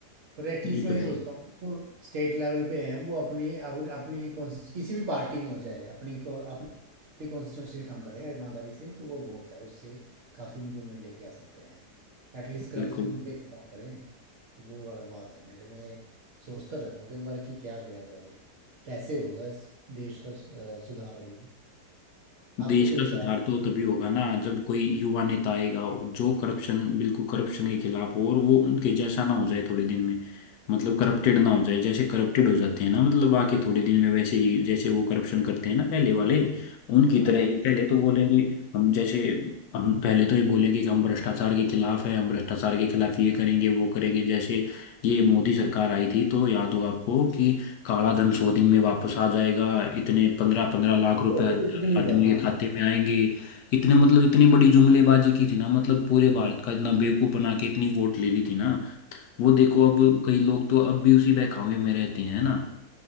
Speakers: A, on the right; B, on the left.
A: पर एटलीस्ट
B: ये
A: मैं
B: तो
A: ये सोचता
B: है ही
A: हूँ कि जो स्टेट लेवल पे हैं वो अपने अपनी कौन सी किसी भी पार्टी में हो जाए अपनी को- अपनी कॉन्स्टिट्यूंसी में काम कर रहे हैं ईमानदारी से तो वो बहुत है उससे काफ़ी इम्प्रूवमेंट लेके आ सकते हैं एटलीस्ट करप्शन
B: बिल्कुल
A: पे तो काम करें तो वो वाला बात है मेरे मैं सोचता रहता हूँ कि बार कि क्या करा जाए कैसे होगा इस देश का अ, सुधार भाई आपको
B: देश
A: कोई
B: का
A: विचार
B: सुधार तो तभी होगा ना जब कोई युवा नेता आएगा जो करप्शन बिल्कुल करप्शन के खिलाफ हो और वो उनके जैसा ना हो जाए थोड़े दिन में मतलब करप्टेड ना हो जाए जैसे करप्टेड हो जाते हैं ना मतलब आके थोड़े दिन में वैसे ही जैसे वो करप्शन करते हैं ना पहले वाले उनकी
A: हाँ
B: तरह ही पहले तो बोलेंगे हम जैसे हम पहले तो ये बोलेंगे कि हम भ्रष्टाचार के खिलाफ है हम भ्रष्टाचार के खिलाफ ये करेंगे वो करेंगे जैसे ये मोदी सरकार आई थी तो याद हो आपको कि काला धन सौ दिन में वापस आ जाएगा इतने पंद्रह पंद्रह लाख रुपए
A: वो
B: हर
A: तो कुछ भी नहीं
B: आदमी
A: हुआ हाँ
B: के खाते में आएंगे इतने मतलब इतनी बड़ी जुमलेबाजी की थी ना मतलब पूरे भारत का इतना बेवकूफ बना के इतनी वोट ले ली थी ना वो देखो
A: हाँ
B: अब कई लोग तो अब भी उसी बहकावे में रहते हैं ना